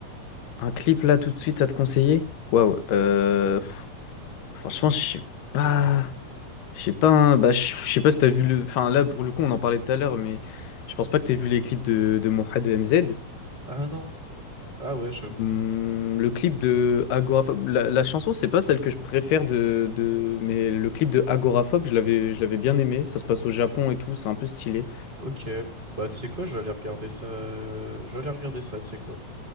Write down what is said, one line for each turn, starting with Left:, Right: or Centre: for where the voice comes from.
Left: Un clip là, tout de suite, à te conseiller? Waouh, euh, pff, franchement, je sais pas. Je sais pas, hein, bah, je je sais pas si t'as vu le. Enfin, là, pour le coup, on en parlait tout à l'heure, mais je pense pas que t'aies vu les clips de, de Moha de MZ.
Right: Ah non. Ah ouais, j'avoue.
Left: Hum, le clip de Agoraphobe. La, la chanson, c'est pas celle que je préfère de, de. Mais le clip de Agoraphobe, je l'avais je l'avais bien aimé. Ça se passe au Japon et tout, c'est un peu stylé.
Right: Ok. Bah, tu sais quoi, je vais aller regarder ça. euh, Je vais aller regarder ça, tu sais quoi.